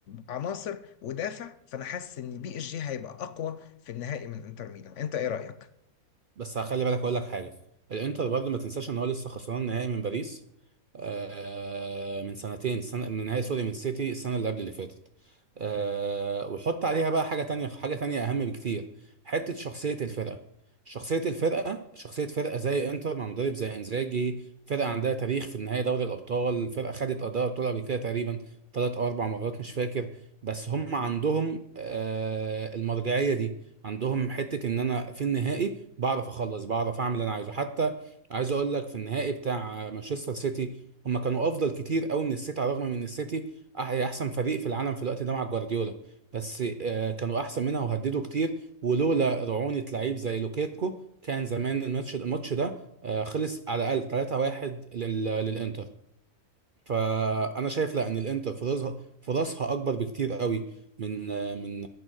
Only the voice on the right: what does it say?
بس هخلي بالك اقول لك حاجه الانتر برضه ما تنساش ان هو لسه خسران نهائي من باريس آه من سنتين سنة من نهائي سوري من سيتي السنه اللي قبل اللي فاتت آه وحط عليها بقى حاجه تانية حاجه تانية اهم بكتير حته شخصيه الفرقه شخصيه الفرقه شخصيه فرقه زي انتر مع مدرب زي انزاجي فرقه عندها تاريخ في النهائي دوري الابطال فرقه خدت اداء ابطال قبل كده تقريبا ثلاث او اربع مرات مش فاكر بس هم عندهم آه المرجعيه دي عندهم حته ان انا في النهائي بعرف اخلص بعرف اعمل اللي انا عايزه حتى عايز اقول لك في النهائي بتاع مانشستر سيتي هم كانوا افضل كتير قوي من السيتي على الرغم من ان السيتي أح- يعني احسن فريق في العالم في الوقت ده مع جوارديولا بس آه، كانوا احسن منها وهددوا كتير ولولا رعونة لعيب زي لوكيكو كان زمان الماتش الماتش ده آه، خلص على الاقل 3-1 لل- للانتر فانا شايف لا ان الانتر فرصها فرصها اكبر بكتير قوي من من